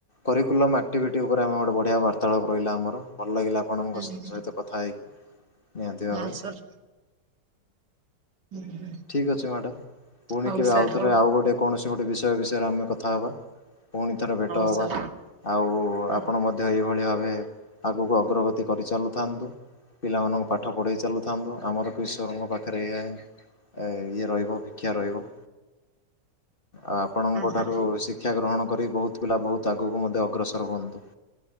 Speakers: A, on the left; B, on the right.
A: କରିକୁଲମ ଏକ୍ଟିଭିଟି ଉପରେ ଆମର ବଢିଆ ବାର୍ତ୍ତାଳାପ ରହିଲା ଆମର ଭଲ ଲାଗିଲା। ଆପଣଙ୍କ ସହିତ
B: ହୁଁ
A: କଥା ହେଇକି ନିହାତି ଭାବେ।
B: ହଁ ସାର୍ ହୁଁ ହୁଁ।
A: ଠିକ୍ ଅଛି ମ୍ୟାଡ଼ାମ ପୁଣି
B: ହଉ
A: କେବେ
B: ସାର୍
A: ଆଉଥରେ
B: ହଉ। ହଁ
A: ଆଉ ଗୋଟେ କୌଣସି ଗୋଟେ ବିଷୟ ବିଷୟରେ ଆମେ କଥା ହେବା। ପୁଣି ଥରେ ଭେଟ ହେବା
B: ହଉ ସାର୍ ହଁ
A: ଆଉ
B: ହଁ
A: ଆପଣ ମ ମଧ୍ୟ ଏଇଭଳି ଭାବେ ଆଗକୁ ଅଗ୍ରଗତି କରିଚାଲୁଥାନ୍ତୁ। ପିଲାମାନଙ୍କୁ ପାଠ ପଢେଇ ଚାଲୁଥାନ୍ତୁ ଆମର ଇଶ୍ୱରଙ୍କ ପାଖରେ ଏହା ହିଁ ଇଏ ରହିବ ଭିକ୍ଷା ରହିବ। ଆଉ ଆପଣଙ୍କଠାରୁ
B: ହଁ
A: ଶିକ୍ଷା ଗ୍ରହଣ କରି ବହୁତ ପିଲା ବହୁତ ଆଗକୁ ମଧ୍ୟ ଅଗ୍ରସର ହୁଅନ୍ତୁ।